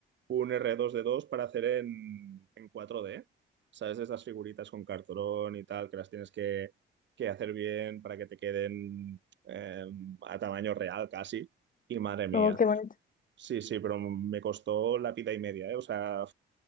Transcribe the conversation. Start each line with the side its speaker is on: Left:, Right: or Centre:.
Right: un r dos d dos para hacer en, en cuatro d ¿Sabes? Esas figuritas con cartón y tal, que las tienes que, que hacer bien para que te queden eh, a tamaño real casi. Y madre mía.
Left: Oh, qué bonito.
Right: Sí, sí, pero me costó la pita y media, ¿eh? O sea,